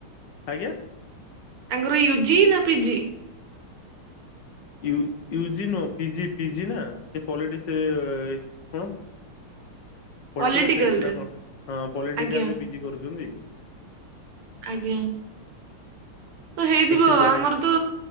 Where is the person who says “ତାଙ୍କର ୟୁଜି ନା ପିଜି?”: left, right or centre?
Right